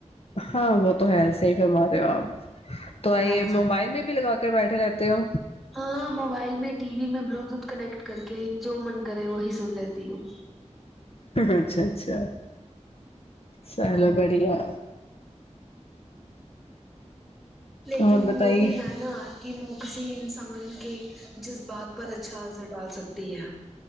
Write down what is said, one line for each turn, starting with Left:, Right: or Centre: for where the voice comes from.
Left: ہاں وہ تو ہے صحیح فرما رہے ہو آپ تو آئی
Centre: ہاں جی
Left: موبائل میں بھی لگا کر بیٹھے رہتے ہو
Centre: ہاں موبائل میں ٹی وی میں بلوٹوتھ کنیکٹ کر کے جو من کرے وہی سن لیتی ہوں
Left: اچھا اچھا چلو بڑھیا ہے
Centre: لیکن
Left: اور بتائیے
Centre: وہ بھی ہے نا کی موقسی انسان کے جذبات پر اچھا اثر ڈال سکتی ہے